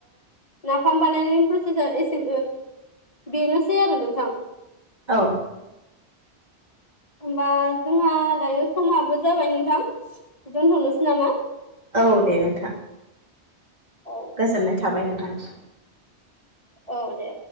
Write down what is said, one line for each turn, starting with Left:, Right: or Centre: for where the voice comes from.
Left: नाफाम बानायनायनि प्रसेसा एसे बेनोसै आरो नोंथां
Right: औ
Left: होमबा जोंहा दायो समाबो जाबाय नोंथां दोनथ'नोसै नामा
Right: औ दे नोंथां
Left: औ
Right: गोजोननाय थाबाय नोंथांसिम
Left: औ दे